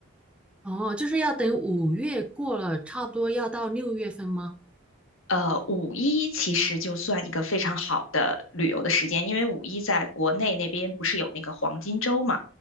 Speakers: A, in the centre; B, on the left.
A: 哦，就是要等五月过了，差不多要到六月份吗？
B: 呃，五一其实就算一个非常好的旅游的时间，因为五一在国内那边不是有那个黄金周嘛，